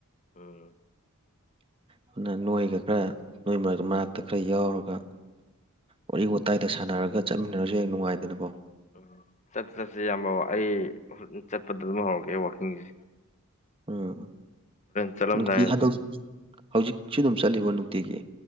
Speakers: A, on the left (about 30°); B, on the right (about 25°).
A: ꯑꯣꯝ
B: ꯑꯗꯨꯅ ꯅꯣꯏꯒ ꯈꯔ ꯅꯣꯏ ꯃꯔ ꯃꯔꯛꯇ ꯈꯔ ꯌꯥꯎꯔꯒ ꯋꯥꯔꯤ ꯋꯥꯇꯥꯏꯗ ꯁꯥꯟꯅꯔꯒ ꯆꯠꯃꯤꯟꯅꯔꯁꯨ ꯍꯡ ꯅꯨꯡꯉꯥꯏꯗꯅꯀꯣ
A: ꯎ ꯆꯠꯁ ꯆꯠꯁꯦ ꯌꯥꯝꯕ ꯑꯩ ꯆꯠꯄꯗ ꯑꯗꯨꯝ ꯍꯧꯔꯛꯀꯦ ꯋꯥꯋꯥꯛꯀꯤꯡꯁꯦ
B: ꯎꯝ
A: ꯆꯠꯂꯝꯗꯥꯏ
B: ꯅꯨꯡꯇꯤ ꯍꯟꯗꯣꯛ ꯍꯧꯖꯤꯛꯁꯨ ꯑꯗꯨꯝ ꯆꯠꯂꯤꯕꯣ ꯅꯨꯡꯇꯤꯒꯤ